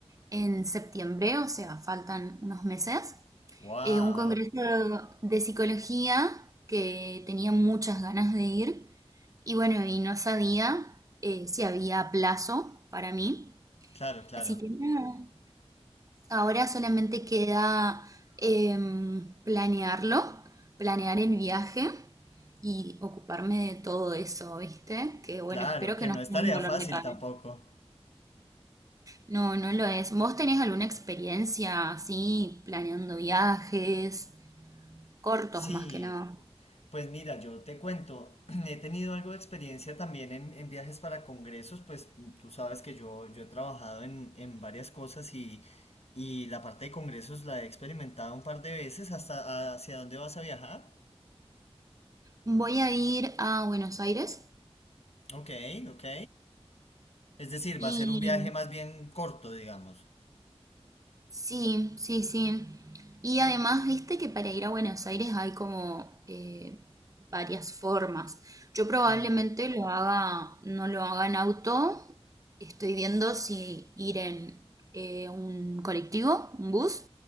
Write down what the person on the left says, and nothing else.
Wow.
Claro, claro.
Claro,
que
no
es tarea
fácil
tampoco.
Sí,
Pues mira, yo te cuento, <clears throat> he tenido algo de experiencia también en, en viajes para congresos, pues tú sabes que yo, yo he trabajado en, en varias cosas y, y la parte de congresos la he experimentado un par de veces. ¿Hasta hacia dónde vas a viajar?
Ok, ok. Es decir,
va a ser un viaje más bien corto, digamos.
Mm,